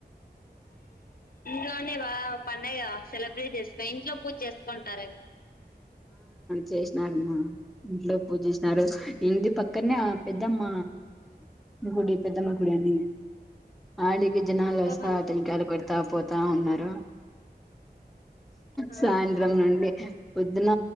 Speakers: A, on the left; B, in the centre.
A: ఇట్లోనే వా పండుగ సెలబ్రేట్ చేస్త ఇంట్లో పూజ చేసుకుంటారు
B: చేసినారుమ్మా ఇంట్లో పూజసినారు ఇంటి పక్కనే ఆ పెద్దమ్మ గుడి పెద్దమ్మ గుడి అని ఆళకి జనాలు అస్తా
A: ఓహో
B: టెంకాయలు కొడతా పోతా ఉన్నారు
A: ఆ
B: సాయంత్రం నుండి పొద్దున